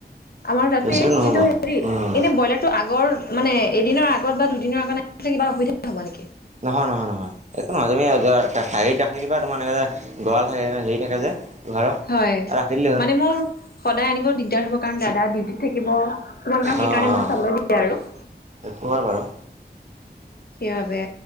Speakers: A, on the left; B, on the right.
A: আমাৰ তাতে
B: বেছি দূৰ নহ'ব
A: কিন্তু হেৰি,
B: উম
A: এনে ব্ৰইলাৰ টো আগৰ মানে এদিনৰ আগত বা দুদিনৰ আগত কিবা অসুবিধা হ'ব নেকি?
B: নহয়, নহয়, নহয়, একো নহয় তুমি জা চাৰিটা ৰাখি দিবা তোমাৰ এনেকে গৰাল থাকে হেৰি থাকে যে ঘৰৰ
A: হয়,
B: ৰাখি দিলেই হ'ল
A: মানে মোৰ সদায় আনিব দিগদাৰ হ'ব কাৰণ দাদা ডিউটিত থাকিব, কিমান কাম
B: অঁ অঁ
A: সেইকাৰণে মোক চাবলৈ দিয়ে আৰু।
B: সেইটো হয় বাৰু।
A: সেইবাবে।